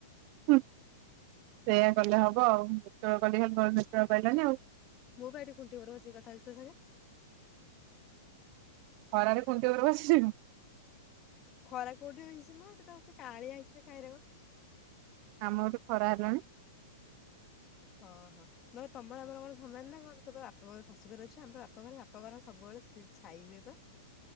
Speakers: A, on the right (about 40°); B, on the left (about 25°).
A: ହୁଁ ସେଇଆ କଲେ ହବ ଆଉ ଯେତେବେଳେ କଲେ ଖାଲି ନେଟୱର୍କ ପାଇଲାନି ଆଉ।
B: ମୁଁ ପା ଏଠି ଖୁଣ୍ଟି ଉପରେ ବସିକି କଥା ହଉଚି ତୋ ସାଙ୍ଗରେ।
A: ହଳରେ କୁଣ୍ଟି ଉପାରେ ବସିଛୁ।
B: ଖରା କୋଉଠି ହେଇଛି ମ ଏଇଠି କାଳିଆ <unintelligible>
A: ଆମର ଖରା ହେଲାଣି।
B: ହଁ ହଁ ମୁଁ କଣ ତମ ସହ ସମାନି ନ କଣ ତୁ ବାପ ଶାଶୁ ଘରେ ଅଛୁ ଆମେ ବାପ ଘରେ ସବୁବେଳେ ସିଝା ଖାଇବେ ପା।